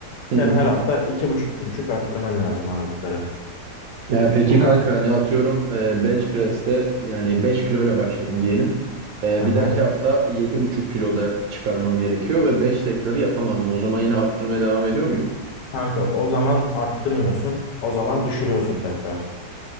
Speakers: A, on the left; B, on the right.
A: sen
B: Hı hı.
A: her hafta 2,5-2,5 arttırman lazım ağırlıkları.
B: Ya peki
A: Ama
B: kanka hani atıyorum e, bench press'te yani 5 kiloyla başladım diyelim. E,
A: hı
B: bir
A: hı.
B: dahaki hafta 7,5 kiloda çıkarmam gerekiyor ve 5 tekrarı yapamadım. O zaman yine arttırmaya devam ediyor muyum?
A: Kanka o zaman arttırmıyorsun. O zaman düşürüyorsun tekrar